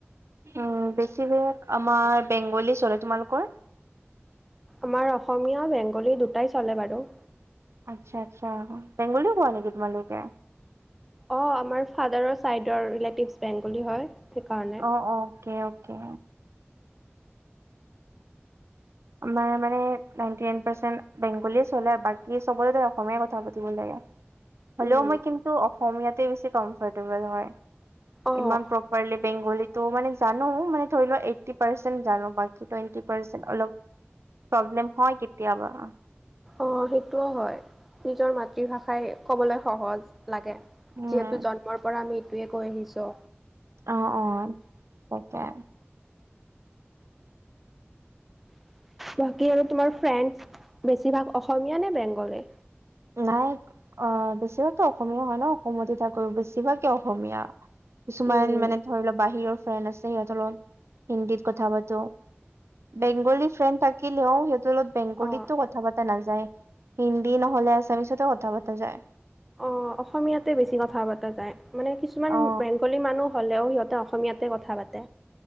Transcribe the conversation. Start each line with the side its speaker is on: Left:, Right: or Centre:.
Right: উম, বেছিভাগত আমাৰ বেংগলী চলে। তোমালোকৰ?
Centre: আমাৰ অসমীয়া, বেংগলী দুটাই চলে বাৰু।
Right: আচ্ছা আচ্ছা, বেংগলীও কোৱা নেকি তোমালোকে?
Centre: অঁ, আমাৰ ফাদাৰৰ চাইদৰ ৰিলেটিভ বেংগলী হয়। সেইকাৰণে।
Right: অঁ, অঁ, অকে অকে। আমাৰ মানে নাইনটি নাইন পাৰ্চেণ্ট বেংগলী চলে আৰু বাকী চবতে অসমীয়াই কথা পাতিব লাগে। <inaudible> হ'লেও
Centre: উম,
Right: মই কিন্তু অসমীয়াতে বেছি কমফৰ্টেবল হয়।
Centre: অ',
Right: ইমান প্ৰপাৰলি- বেংগলীতো মানে জানো মানে ধৰি লোৱা এইটি পাৰ্চেন্ট জানো বাকী টুৱেটি পাৰ্চেণ্ট অলপ প্ৰব্লেম হয় কেতিয়াবা
Centre: অ সেইটোও হয় নিজৰ মাতৃভাষাই ক'বলৈ সহজ লাগে
Right: উম
Centre: যিহেতু জন্মৰ পৰা আমি এইটোৱে কৈ আহিছো
Right: অ অ তাকে
Centre: বাকী আৰু তোমাৰ ফ্ৰেণ্ড বেছিভাগ অসমীয়া নে বেংগলী
Right: নাই অ বেছিভাগতো অসমীয়া হয় ন অসমতে থাকো বেছিভাগেই অসমীয়া কিছুমান
Centre: উম,
Right: মানে ধৰি লওক বাহিৰৰ ফ্ৰেণ্ড আছে সিহঁতৰ লগত হিন্দীত কথা পাতো বেংগলী ফ্ৰেণ্ড থাকিলেও সিহতৰ লগত বেংগলীতো
Centre: অ'।
Right: কথা পতা নাযায় হিন্দী নহ'লে আছামিছতে কথা পতা যায়
Centre: অ অসমীয়াতে বেছি কথা পতা যায় মানে কিছুমান
Right: অ
Centre: বেংগলী মানুহ হ'লেও সিহঁতে অসমীয়াতে কথা পাতে